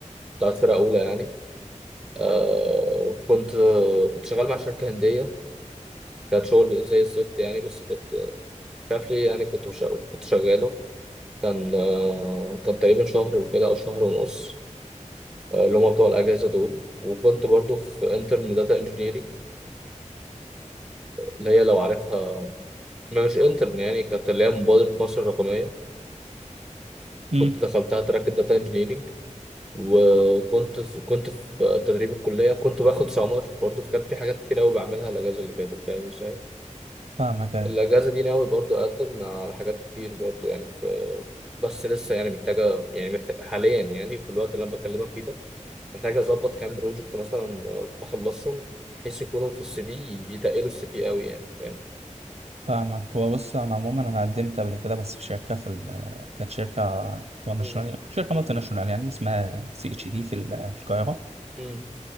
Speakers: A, in the centre; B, on the right.
A: بتاعت فرقة أولى يعني آه كنت كنت شغال مع شركة هندية كانت شغل زي الزفت يعني بس كنت شاف لي يعني كنت مش... كنت شغاله كان آه، كان تقريبا شهر وكده او شهر ونص آه، اللي هم بتوع الاجازه دول وكنت برضو في انترن داتا انجينيرنج اللي هي لو عارفها ما مش انترن يعني كانت اللي هي مبادره مصر الرقميه
B: امم
A: كنت دخلتها تراك الداتا انجينيرنج وكنت في كنت في تدريب الكليه كنت باخد سمر برضو فكان في حاجات كتير قوي بعملها الاجازه اللي فاتت فاهم ازاي
B: فاهمك أيوة.
A: الأجازة دي ناوي برضو أقدم على حاجات كتير برضو يعني في بس لسه يعني محتاجة يعني محتاج حاليا يعني في الوقت اللي أنا بكلمك فيه ده محتاج أظبط كام بروجكت مثلا آه، بخلصهم بحيث يكونوا في السي في يتقلوا السي في قوي يعني فاهم؟
B: فاهمك هو بص انا عموما انا قدمت قبل كده بس في شركه في ال- آه، كانت شركه ناشونال
A: مم،
B: شركه مالتي ناشونال يعني اسمها سي اتش دي في ال- آه، في القاهره
A: مم،